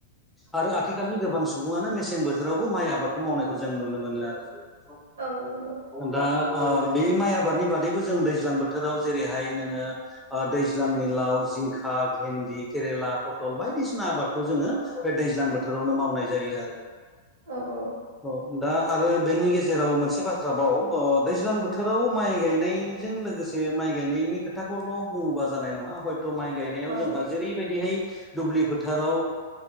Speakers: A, in the centre; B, on the right (about 65°).
A: आरो आथिखालनि गोबां सुबुङानो मेसें बोथोरावबो माइ आबादखौ मावनायखौ जों नुनो मोनो आरो
B: औ नंगौ
A: दा ओ बे माइ आबादनि बादैबो जों दैज्लां बोथोराव जेरैहाय नोङो ओ दैज्लांनि लाव जिंखा भेन्दि केरेला पटल बायदिसिना आबादखौ जोङो बे दैज्लां बोथोरावनो मावनाय जायो आरो
B: औ
A: औ दा आरो बेनि गेजेराव मोनसे बाथ्राबाव अ दैज्लां बोथोराव माइ गायनाय नाय जों लोगोसे माइ गायनायनि खोथाखौल' बुङोबा जानाय नङा हय थ' माइ गायनायाव
B: औ
A: जोंहा जेरैबायदिहाय दुब्लि फोथाराव